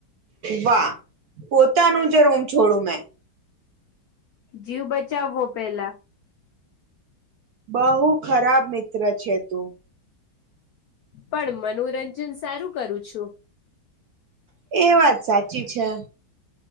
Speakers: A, on the right; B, on the left.
A: વાહ પોતાનું જે રૂમ છોડું મેં.
B: જીવ બચાવવો પેલા.
A: બહુ ખરાબ મિત્ર છે તું.
B: પણ મનોરંજન સારું કરું છું.
A: એ વાત સાચી છે.